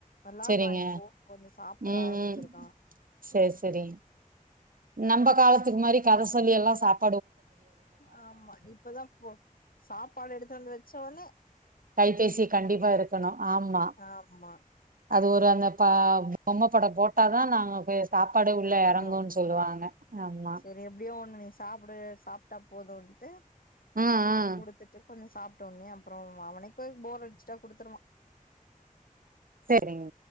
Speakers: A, on the left; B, on the right.
A: வெளாடுறா
B: செரிங்க
A: இப்போ சாப்புட
B: ம்
A: ஆரம்பிச்சிருக்கா
B: ம் செரி செரி நம்ப காலத் துக்கு மாரி கத சொல்லி எல்லா சாப்
A: ஆ ஆமா இப்பதா போ சாப்பாடு எடுத்து வந்து வச்ச ஒன்னே
B: கைபேசி கண்டிப்பா இருக்கணு ஆமா
A: ஆமா
B: அது ஒரு அந்த பா பொம்ம பட போட்டா தா நாங்க போய் சாப் பாடு உள்ள எறங்குன்
A: ஆமா
B: சொல்லுவாங்க ஆமா
A: செரி எப்டியோ ஒண்ணு நீ சாப்டு சாப்ட்டா போதுன்ட்டு
B: ம் ம்
A: குடுதுட்டு கொஞ்ச சாப்ட உடனே அப்றோ அவனைகு போர் அடிசுடா குடுத்துருவா
B: செரிங்